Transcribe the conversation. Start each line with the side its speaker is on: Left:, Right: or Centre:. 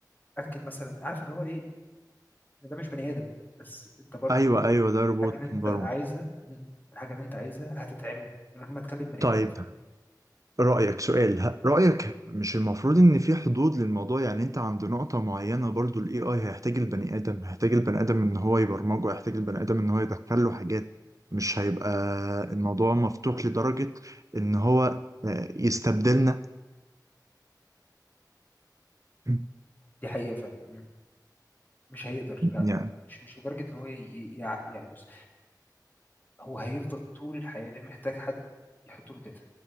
Left: اكد مثلا عارف ان هو ايه إن ده مش بني ادم بس انت برضو
Right: ايوه ايوه ده روبوت
Left: الحاجه اللي انت
Right: مبرمج
Left: عايزها مم. الحاجه اللي انت عايزها هتتعمل من غير ما تكلم بني
Right: طيب
Left: ادم فاهم
Right: رأيك سؤال ه- رأيك مش المفروض ان في حدود للموضوع يعني انت عند نقطة معينة برضو الاي اي هيحتاج البني ادم هيحتاج البني ادم ان هو يبرمجه هيحتاج البني ادم ان هو يدخل له حاجات مش هيبقى الموضوع مفتوح لدرجة ان هو آه، يستبدلنا <clears throat>
Left: دي حقيقه فاهم مم. مش هيقدر لا
Right: يعني
Left: لا مش مش لدرجه ان هو ي- ي- يعني بص هو هيفضل طول الحياة محتاج حد يحط له داتا